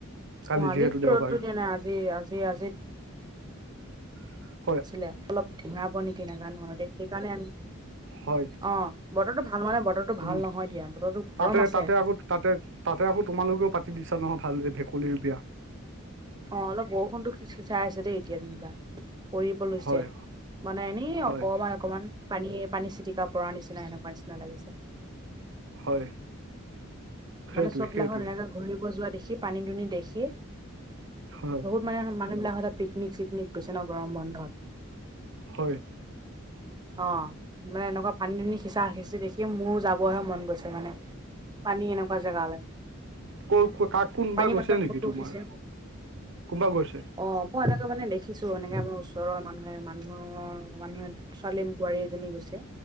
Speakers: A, on the right; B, on the right.
A: কালি
B: অঁ আজিক
A: যিহেতু দেওবাৰ
B: ৰদটো দিয়া নাই। আজি আজি আজি
A: উ
B: আছিলে অলপ ধিমাব নেকি নাজানো আৰু দেই সেইকাৰণে আমি
A: হয়
B: অঁ বতৰটো ভাল মানে বতৰটো
A: তুম
B: ভাল নহয় দিয়া বতৰটো
A: তাতে
B: গৰম আছে।
A: তাতে আকৌ তাতে তাতে আকৌ তোমালোকেও পাতি দিছা নহয় ভাল এই ভেকুলীৰ বিয়া।
B: অ অলপ বৰষুণটো খিছখিচাই আছে দেই এতিয়া যেনিবা। কৰিব লৈছে
A: হয়
B: মানে এনে
A: হয়
B: অকমান অকমান- পানীয়ে পানী চিটিকা পৰাৰ নিচিনা সেনেকুৱা নিচিনা লাগিছে।
A: হয়। সেইটোৱে
B: মানে চববিলাকখন
A: সেইটোৱে
B: এনেকে ঘূৰিব যোৱা দেখি পানী দুনি দেখি-
A: হয়।
B: বহুত মানে মানুবিলাকত- পিকনিক চিকনিক গৈছে ন গৰম বন্ধত।
A: হয়
B: অ মানে এনেকুৱা পানী-দুনি সিঁচা সিঁচি দেখি মোৰ যাবহে মন গৈছে মানে। পানী এনেকুৱা জেগালে।
A: কৰ কাক কোনোবা
B: পানী
A: গৈছে
B: মাত্ৰাত
A: নেকি
B: ফটো
A: তোমাৰ
B: উঠিছে
A: কোনবা গৈছে?
B: অ, মই এনেকে মানে দেখিছো। এনেকে আমাৰ ওচৰৰ মানুহে মানুহৰ মানুহে ছোৱালী বোৱাৰী এজনী গৈছে।